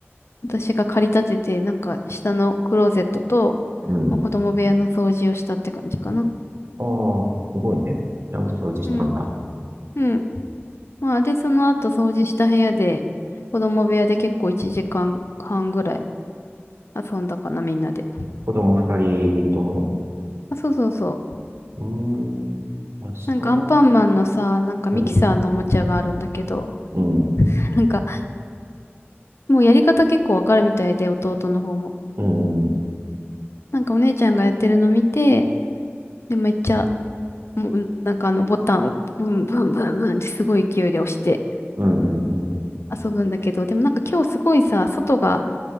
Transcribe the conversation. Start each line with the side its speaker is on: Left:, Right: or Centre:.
Left: 私が借り立てて、なんか下のクローゼットと、
Right: うん。
Left: まあ子供部屋の掃除をしたって感じかな。
Right: あー、すごいね。ちゃんと掃除したんだ。
Left: うん。うん。まあ、で、その後掃除した部屋で、子供部屋で結構1時間半ぐらい遊んだかな、みんなで。
Right: 子供二人とも
Left: あ、そうそうそう。
Right: うーん、明日の、
Left: なんかアンパンマンのさ、なんかミキサーのおもちゃがあるんだけど、
Right: うん、うん、
Left: <laughs> なんかもうやり方結構わかるみたいで、弟の方も。
Right: うん、うん、
Left: なんかお姉ちゃんがやってるの見て、で、めっちゃ、もうなんかあのボタンをブンブンブンブンってすごい勢いで押して、
Right: うん、うん、
Left: 遊ぶんだけど、でもなんか今日すごいさ、外が、